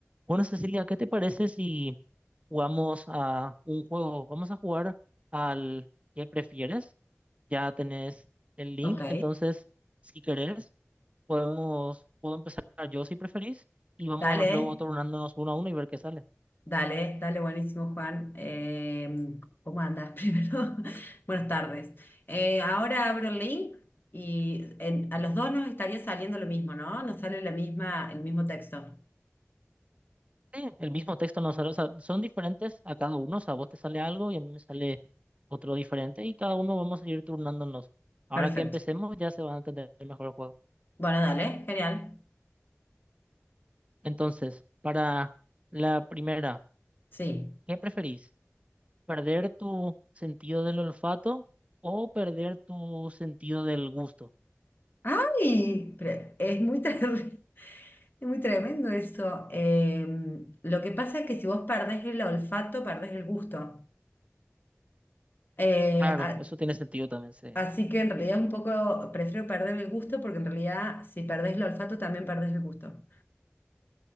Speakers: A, on the right; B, on the left.
A: Bueno, Cecilia, ¿qué te parece si jugamos a un juego? Vamos a jugar al que prefieres. Ya tenés el link,
B: Ok,
A: entonces, si querés, podemos, puedo empezar yo si preferís y vamos
B: dale,
A: luego turnándonos uno a uno y ver qué sale.
B: dale, dale, buenísimo, Juan. Eh, ¿cómo andas <laughs> primero? Buenas tardes. Eh, ahora abro el link y en- a los dos nos estaría saliendo lo mismo, ¿no? Nos sale la misma, el mismo texto.
A: Sí, el mismo texto nos sale, o sea, son diferentes a cada uno, o sea, a vos te sale algo y a mí me sale otro diferente y cada uno vamos a ir turnándonos. Ahora
B: Perfecto.
A: que empecemos ya se va a entender mejor el juego.
B: Bueno, dale, genial.
A: Entonces, para la primera,
B: Sí.
A: ¿qué preferís? perder tu sentido del olfato o perder tu sentido del gusto.
B: ¡Ay! Pero es muy, ter- <laughs> es muy tremendo eso. Eh, lo que pasa es que si vos perdés el olfato, perdés el gusto. Eh,
A: Claro,
B: a-
A: eso tiene sentido también, sí.
B: Así que en realidad es un poco, prefiero perder el gusto porque en realidad si perdés el olfato también perdés el gusto.